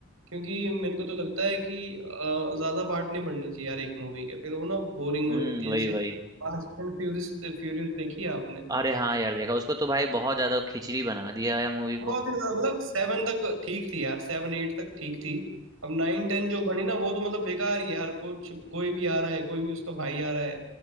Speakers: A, on the right; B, on the right.
A: क्योंकि मेरे को तो लगता है कि अ, ज्यादा पार्ट नहीं बढ़ने चाहिए यार एक मूवी के फिर वो ना बोरिंग हो
B: हम्म
A: जाती
B: वही
A: है जैसे
B: वही
A: फास्ट एंड फ्यूरियस फ्यूरियस देखी है आपने
B: अरे हाँ यार देखा उसको तो भाई बहुत ज्यादा खिचड़ी बना दिया है मूवी को
A: बहुत ही ज्यादा मतलब सेवन तक ठीक थी यार सेवन एट तक ठीक थी अब नाइन टेन जो बनी ना वो तो मतलब बेकार ही यार कुछ कोई भी आ रहा है कोई भी उसका भाई आ रहा है